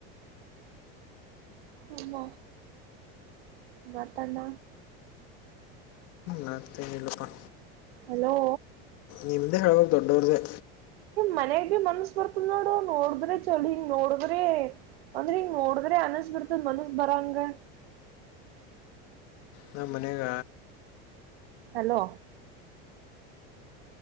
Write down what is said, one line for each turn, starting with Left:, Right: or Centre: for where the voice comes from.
Right: ಅಮ್ಮ ಮತ್ತಣ್ಣ
Left: ಮತ್ತೆನಿಲ್ಲಪ್ಪ
Right: ಹಲೋ
Left: ನಿಮ್ದೆ ಹೇಳಬೇಕ್ ದೊಡ್ಡವ್ರ್ದೇ
Right: ಮನ್ಯಗ್ ಭಿ ಮನಸ್ಸ ಬರ್ತದ ನೋಡು ನೋಡದ್ರೆ ಚಲ ಹಿಂಗ ನೋಡಿದ್ರೆ ಅಂದ್ರ ಹಿಂಗ ನೋಡಿದ್ರೆ ಅನಸ್ ಬಿಡ್ತದ ಮನಸ್ಸ ಬರಂಗ
Left: ನ ಮನ್ಯಗ
Right: ಹಲೋ